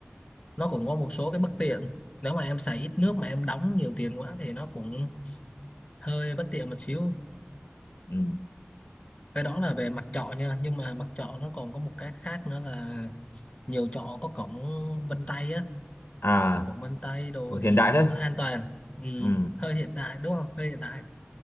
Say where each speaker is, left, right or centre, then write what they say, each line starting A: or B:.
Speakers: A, on the left (about 25°); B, on the left (about 65°).
A: nó cũng có một số cái bất tiện nếu mà em xài ít nước mà em đóng nhiều tiền quá thì nó cũng hơi bất tiện một xíu
B: ừ
A: cái đó là về mặt trọ nha nhưng mà mặt trọ nó còn có một cái khác nữa là nhiều trọ có cổng vân tay á
B: à
A: cổng vân tay đồ
B: ủa, hiện
A: thì
B: đại thế
A: nó an toàn ừ.
B: ừ
A: hơi hiện đại đúng không hơi hiện đại